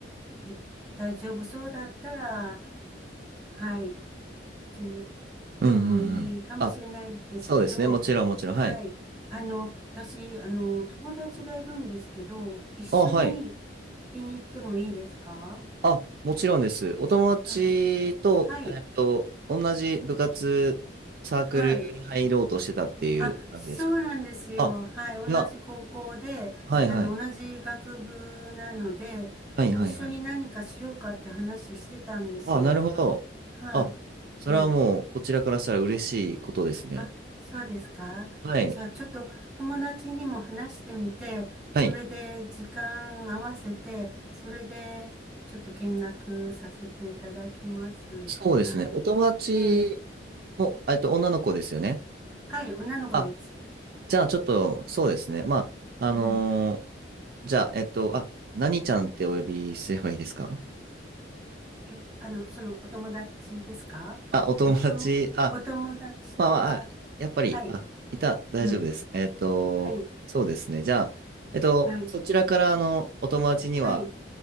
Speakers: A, in the centre; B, on the right.
A: え、大丈夫そうだったら、はい、決め
B: うんうんうん。
A: てもいいかもしれないですけど、
B: あ、そうですね。もちろんもちろん。
A: はい。
B: はい。
A: あの、私、あの、友達がいるんですけど、一緒に聞きに行ってもいいですか
B: あ、はい。あ、もちろんです。お友達と、
A: あ、はい、
B: えっと、同じ部活、サークルに入ろうとしてたっていう感じですか
A: はい。あ、そうなんですよ。
B: あ、
A: はい。同じ高校で、
B: いや、はいはい。
A: あの、同じ学部なので、
B: はいはいはい。
A: あの、一緒に何かしようかって話してたんですよ。
B: あ、なるほど。
A: は
B: あ、それはもう、
A: い。ええ。
B: こちらからしたら嬉しいことですね。
A: あ、そうですか。
B: はい。
A: じゃあ、ちょっと友達にも話してみて、
B: はい。
A: それで時間合わせて、それでちょっと見学させていただきます。
B: そうですね。
A: はい。
B: お友達
A: ええ。
B: も、えっと、女の子ですよね。
A: はい。女の子です。
B: あ、じゃあちょっと、そうですね。まあ、あのー
A: うん。
B: じゃあ、えっと、あ、何ちゃんってお呼びすればいいですか
A: え、あの、そのお友達ですかおと、
B: あ、お友達、あ、
A: お友達は、
B: まあまあ、あやっぱり、
A: はい、
B: あ、いた、大丈夫です。
A: うん、
B: えっと、
A: はい、
B: そうですね。じゃあ、えっと、
A: はい、
B: そちらから、あの、お友達には、
A: はい、